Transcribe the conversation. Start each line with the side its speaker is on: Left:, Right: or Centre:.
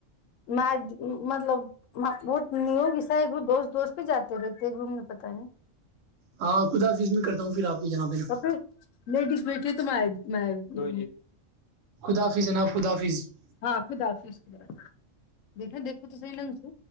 Left: مد مطلب م بہت نیو بھیسار ایک دوست تو اس پ جاتے رہتے ہیں گومنے پتاہ نہیں
Right: ہاں خدا حافظ میں کرتا ہوں پھر آپ کے جناب ہے نا
Left: پھر لیڈیز بیٹے تو میں میں دو
Right: خدا حافظ جناب خدا حافظ
Left: ہاں خداف خا دیکھیں دیکھو تو صح ننگ سے